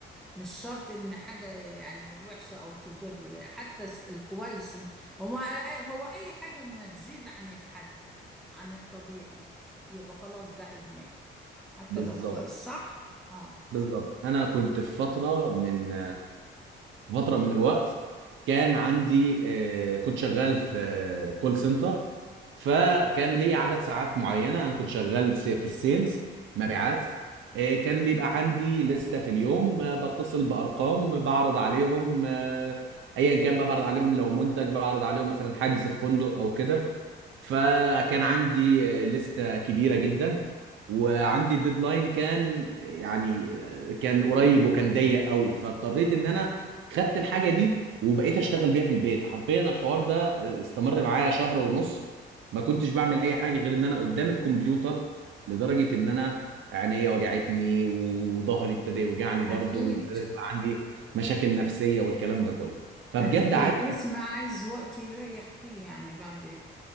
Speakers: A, in the centre; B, on the right (about 75°).
A: مش شرط إن حاجة يعني وحشة أو تضر حتى س- الكويس هو أي- هو أي حاجة ما تزيد عن الحد عن الطبيعي يبقى خلاص ده إدمان حتى
B: بالظبط
A: لو حصل كويس صح اه
B: بالظبط أنا كنت في فترة من فتره من الوقت كان عندي آه، كنت شغال في كول سنتر فكان لي عدد ساعات معينه انا كنت شغال س- في السيلز مبيعات آه، كان بيبقى عندي لستة في اليوم آه، بتصل بارقام بعرض عليهم آه، ايا كان بقى بعرض عليهم لو منتج بعرض عليهم مثلا حجز في فندق او كده فكان عندي آه، لستة كبيرة جدا وعندي الديدلاين كان يعني آه، كان قريب وكان ضيق قوي فاضطريت ان انا خدت الحاجة دي وبقيت اشتغل بيها في البيت حرفيا الحوار ده آه، استمر معايا شهر ونص ما كنتش بعمل اي حاجة غير ان انا قدام الكمبيوتر لدرجة ان انا عينيا وجعتني وظهري ابتدى يوجعني برضه
A: اكيد
B: وابتدى
A: مم.
B: يبقى عندي مشاكل نفسية والكلام ده كله فبجد
A: اكيد
B: عايز
A: الجسم عايز وقت يريح فيه يعني بعد